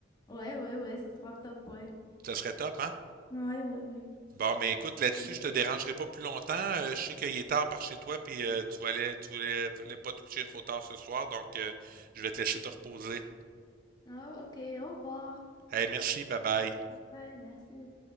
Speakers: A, on the left; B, on the right.
A: Ouais, ouais, ouais, ça sera top, ouais.
B: Ça serait top, hein?
A: Ouais, ouais,
B: Bon, mais écoute, là-dessus,
A: ouais.
B: je te dérangerai pas plus longtemps. Euh, je sais qu'il est tard par chez toi, puis euh, tu voulais, tu voulais, tu voulais pas te coucher trop tard ce soir, donc euh, je vais te laisser te reposer.
A: Oh, ok, au revoir.
B: Hey, merci, bye bye.
A: Bye, merci.